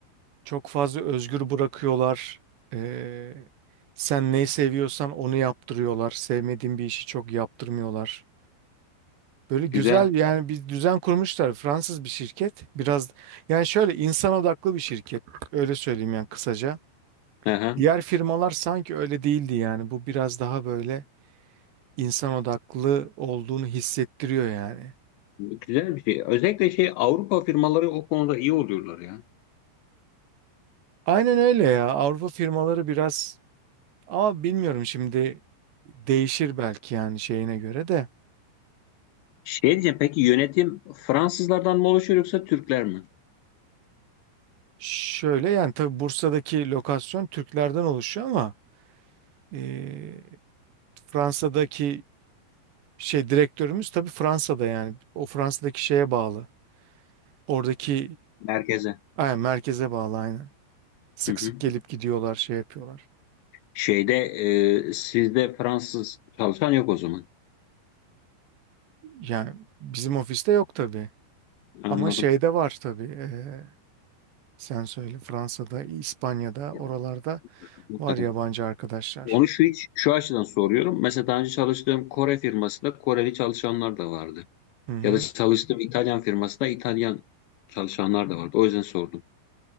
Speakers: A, on the right (about 65°); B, on the left (about 80°).
A: Çok fazla özgür bırakıyorlar. Ee, sen neyi seviyorsan onu yaptırıyorlar. Sevmediğin bir işi çok yaptırmıyorlar. Böyle güzel
B: Güzel.
A: yani bir düzen kurmuşlar. Fransız bir şirket. Biraz yani şöyle insan odaklı bir şirket. Öyle söyleyeyim yani kısaca.
B: Aha.
A: Diğer firmalar sanki öyle değildi yani. Bu biraz daha böyle insan odaklı olduğunu hissettiriyor yani.
B: Güzel bir şey. Özellikle şey Avrupa firmaları o konuda iyi oluyorlar ya.
A: Aynen öyle ya. Avrupa firmaları biraz ama bilmiyorum şimdi değişir belki yani şeyine göre de.
B: Şey diyeceğim peki yönetim Fransızlardan mı oluşuyor yoksa Türkler mi?
A: Şöyle yani tabii Bursa'daki lokasyon Türklerden oluşuyor ama e, Fransa'daki şey direktörümüz tabii Fransa'da yani o Fransa'daki şeye bağlı. Oradaki
B: Merkeze.
A: e, aynen, merkeze bağlı aynen. Sık
B: Hı hı.
A: sık gelip gidiyorlar şey yapıyorlar.
B: Şeyde e, sizde Fransız çalışan yok o zaman.
A: Yani bizim ofiste yok tabii
B: Anladım.
A: ama şeyde var tabii e, sen söyle Fransa'da, İspanya'da
B: Ya,
A: oralarda
B: mutlaka.
A: var yabancı arkadaşlar.
B: Onu şu hiç şu açıdan soruyorum. Mesela daha önce çalıştığım Kore firmasında Koreli çalışanlar da vardı.
A: Hı hı.
B: Ya da çalıştığım İtalyan firmasında İtalyan çalışanlar da vardı. O yüzden sordum.